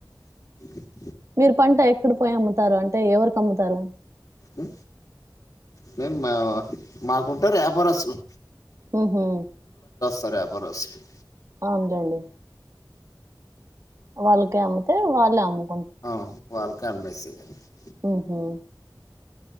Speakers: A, on the left (about 50°); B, on the right (about 40°).
A: <unintelligible>
B: మీరు, పంట ఐప్ ఎప్పుడు పోయి అమ్ముతారు అంటే, ఎవరికి అమ్ముతారు?
A: ఉమ్, మేమ్ మాకుంటారు యపారస్తులు.
B: ఓహో..
A: తార్ యపారస్తులు.
B: అవును లేండి. వాళ్లక్ అమ్మితే, వాళ్లు అమ్ము.
A: ఆ, వాళ్లకే అమ్మేసేయి. <unintelligible> <inaudible>
B: ఉహు.